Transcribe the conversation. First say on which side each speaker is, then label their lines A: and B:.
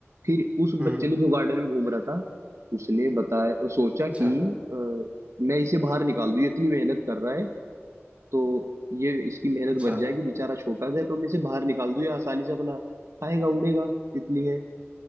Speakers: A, on the right; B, on the right.
A: फिर उस
B: हम्म
A: बच्चे ने जो गार्डन में घूम रहा था उसने बताया सोचा
B: अच्छा
A: कि अ, मैं इसे बाहर निकाल दूं ये इतनी मेहनत कर रहा है तो ये इसकी मेहनत
B: अच्छा
A: बच जाएगी बेचारा छोटा सा है तो मैं इसे बाहर निकाल दूं ये आसानी से अपना खाएगा उड़ेगा तितली है